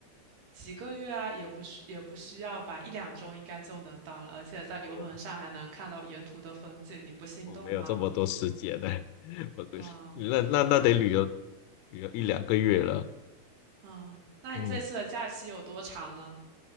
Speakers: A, on the right (about 85°); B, on the left (about 85°).
A: 几个月啊，也不需也不需要吧，一两周应该就能到了。而且在游轮上还能看到沿途的风景，
B: 我
A: 你不心动吗？
B: 我没有这么多时间呢、<laughs> 我对，
A: 啊、
B: 那那那得旅游
A: 还是
B: 旅游一两个月了，
A: 嗯，那你这次的假期有多长呢？
B: 嗯